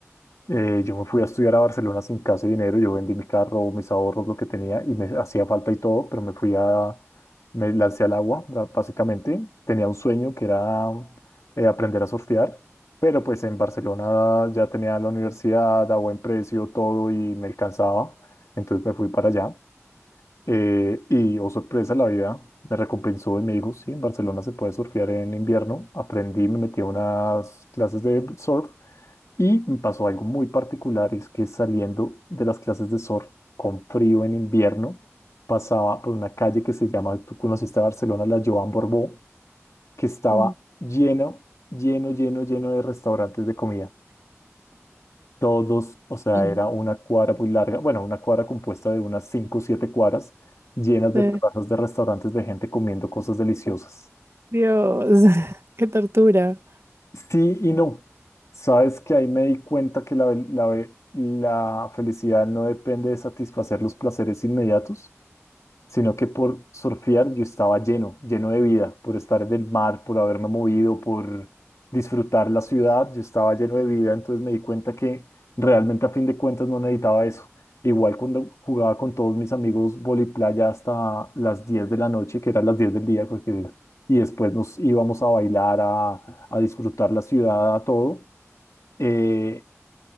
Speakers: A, on the left; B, on the right.
A: Eh, yo me fui a estudiar a Barcelona sin casi dinero, yo vendí mi carro, mis ahorros, lo que tenía y me hacía falta y todo, pero me fui a, me lancé al agua, ba- básicamente. Tenía un sueño que era eh, aprender a surfear, pero pues en Barcelona ya tenía la universidad a buen precio, todo y me alcanzaba, entonces me fui para allá. Eh, y oh sorpresa, la vida me recompensó y me dijo, sí, en Barcelona se puede surfear en invierno. Aprendí, me metí a unas clases de surf. Y me pasó algo muy particular, es que saliendo de las clases de surf con frío en invierno, pasaba por una calle que se llama, tú conociste Barcelona, la Joan Borbó, que estaba
B: Mm.
A: lleno, lleno, lleno, lleno de restaurantes de comida. Todos, o sea,
B: <clears throat>
A: era una cuadra muy larga, bueno, una cuadra compuesta de unas cinco o siete cuadras llenas de
B: Eh,
A: terrazas de restaurantes de gente comiendo cosas deliciosas.
B: Dios, <laughs> qué tortura.
A: Sí y no. Sabes que ahí me di cuenta que la, ve- la, ve- la felicidad no depende de satisfacer los placeres inmediatos, sino que por surfear yo estaba lleno, lleno de vida, por estar en el mar, por haberme movido, por disfrutar la ciudad, yo estaba lleno de vida, entonces me di cuenta que realmente a fin de cuentas no necesitaba eso. Igual cuando jugaba con todos mis amigos voliplaya hasta las 10 de la noche, que eran las 10 del día, porque, y después nos íbamos a bailar a disfrutar la ciudad a todo, eh,